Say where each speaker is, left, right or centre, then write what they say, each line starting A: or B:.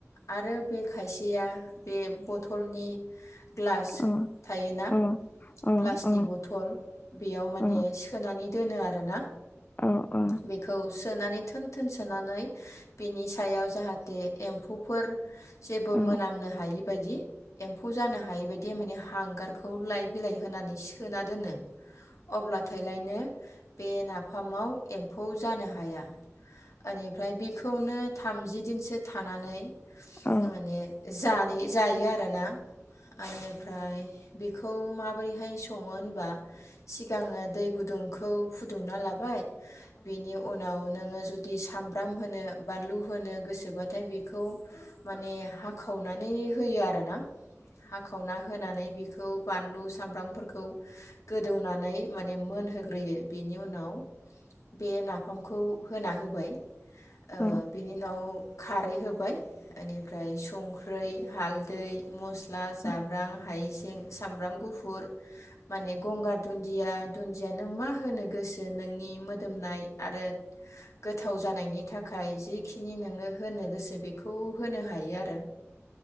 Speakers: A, on the left; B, on the left.
A: आरो बे खायसेया बे बथलनि ग्लास
B: औ
A: थायोना
B: औ औ
A: ग्लासनि
B: औ
A: बथल बेयाव माने
B: औ
A: सोनानै दोनो आरोना
B: औ औ
A: बेखौ सोनानै थोन थोन सोनानै बिनि सायाव जाहाथे एम्फौफोर जेबो
B: औ
A: मोनामनो हायि बायदि, एम्फौ जानो हायि बायदि माने हांगारखौ लाइ बिलाइ होनानै सोना दोनो। अब्लाथायलायनो बे नाफामाव एम्फौ जानो हाया एनिफ ओमफ्राय बेखौनो थामजि दिनसो थानानै
B: औ
A: माने जायो जायोआरोना आनिफ्राय बेखौ माबोरैहाय संङो होनबा सिगाङो दै गुदुंखौ खौ फुदुंना लाबाय बेनि उनाव नोंङो जुलि साम ब्राम होनो बानलु होनो गोसो जोबाथाय बेखौ माने हाखावनानै होयो आरोना हाखावना होना होनानै बेखौ बानलु सामब्रामफोरखौ गोदौनानै माने मोनहोग्रोयो बेनि उनाव बे नाफामखौ होना होबाय ओ
B: औ औ
A: बिनि उनाव खारै होबाय बेनिफ्राय संख्रि, हालदै मस्ला, जाब्रां,
B: औ
A: हाइजें, सामब्राम गुफुर, माने गंगार दुन्दिया दुन्दिया नों मा होनो गोसो नों नि मोदोमनाय आरो गोथाव गोथाव जानायनि थाखाय जिखिनि नोङो होनो गोसो बेखौ होनो हायो आरो